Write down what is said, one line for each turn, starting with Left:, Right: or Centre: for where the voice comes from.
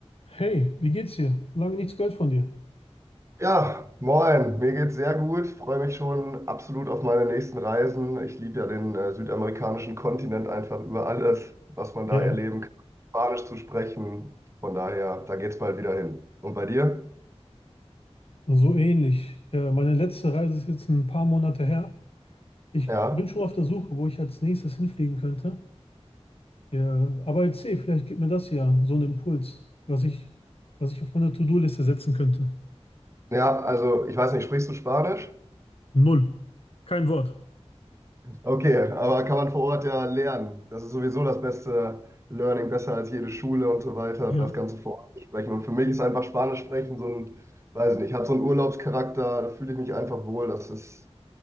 Left: Hey, wie geht's dir? Lange nichts gehört von dir.
Right: Ja, moin, mir geht's sehr gut, freue mich schon absolut auf meine nächsten Reisen. Ich liebe ja den äh, südamerikanischen Kontinent einfach über alles, was man da
Left: Ja,
Right: erleben kann, Spanisch zu sprechen. Von daher, da geht's bald wieder hin. Und bei dir?
Left: so ähnlich. Äh, meine letzte Reise ist jetzt ein paar Monate her. Ich
Right: Ja,
Left: bin schon auf der Suche, wo ich als nächstes hinfliegen könnte. Ja, aber erzähl, vielleicht gibt mir das ja so einen Impuls, was ich, was ich auf meine To-Do-Liste setzen könnte.
Right: ja, also ich weiß nicht, sprichst du Spanisch?
Left: Null. Kein Wort.
Right: Okay, aber kann man vor Ort ja lernen. Das ist sowieso das beste Learning, besser als jede Schule und so weiter,
Left: Ja,
Right: das Ganze vor Ort zu sprechen. Und für mich ist einfach Spanisch sprechen so ein, weiß nicht, hat so einen Urlaubscharakter, da fühle ich mich einfach wohl. Das ist